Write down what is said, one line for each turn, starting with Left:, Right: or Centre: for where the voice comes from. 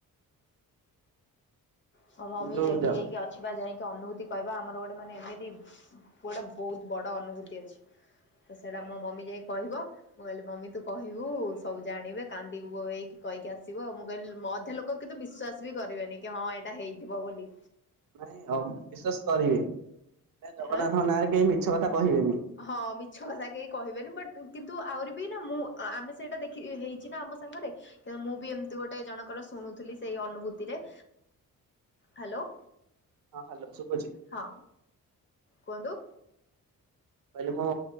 Left: ମ ମମି
Right: ଇନ୍ଦୁ
Left: ରେଡି
Right: ଯ
Left: ହେଇକ ଅଛି। ବା ଯାଇକି ଅନୁଭୂତି କହିବା ଆମର ଗୋଟେ ମାନେ ଏମିତି ଗୋଟେ ବହୁତ ବଡ ଅନୁଭୂତି ଅଛି। ତ ସେଟା ମୋ ମମି ଯାଇ କହିବ। ମୁଁ କହିଲି ମମି ତୁ କହିବୁ ସବୁ ଜାଣିବେ କାନ୍ଦିବୁ ବୋବେଇକି କହିକି ଆସିବ ମୁଁ କହିଲି ଲୋକ ମୁ ଅଧ ଲୋକ ଲୋକ କିତୁ ବିଶ୍ୱାସ ବି କରିବେନି କି ହଁ ଏଇଟା ହେଇଥିବ ବୋଲି।
Right: ନାଇଁ ହଉ ବିଶ୍ୱାସ କରିବେ ଜଗନ୍ନାଥଙ୍କ
Left: ଆଁ
Right: ନାଁରେ କେହି ମିଛ କଥା କହିବେନି।
Left: ହଁ ମିଛ କଥା କେହି କହିବେନି ବଟ୍ କିନ୍ତୁ ଆହୁରି ବି ନା ମୁଁ ଆମେ ସେଇଟା ଦେଖି ହେଇଛି ନା ଆମ ସାଙ୍ଗରେ। ନ୍ତୁ ମୁଁ ବି ଏମିତି ଗୋଟେ ଜଣଙ୍କର ଶୁଣୁଥିଲି ସେଇ ଅନୁଭୂତିରେ। ହ୍ୟାଲୋ।
Right: ହଁ ହଲୋ ସୁଭଜୀ।
Left: ହଁ କୁହନ୍ତୁ।
Right: କହିଲ ମୁଁ